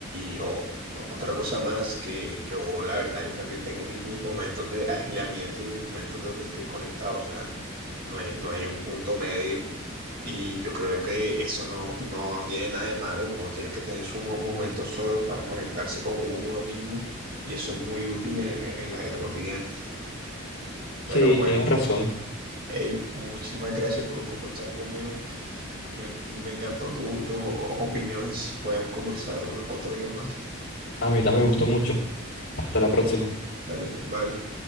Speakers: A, on the right (about 45°); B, on the left (about 55°).
A: y, o- o- otra cosa más que yo, la verdad, yo también tengo mis, mis momentos de aislamiento y mis momentos donde estoy conectado, o sea, no hay, no hay un punto medio y yo creo que eso no, no tiene nada de malo, uno tiene que tener sus mo- momentos solos para conectarse con u- uno mismo y eso es muy útil en, en- en la vida cotidiana. Pero
B: Sí,
A: bueno,
B: tienes razón.
A: hey, muchísimas gracias por conversar conmigo, me, me encantó tu- tus o- opiniones, podemos conversar otro día más.
B: A mí también me gustó mucho. Hasta la próxima.
A: Dale, bye.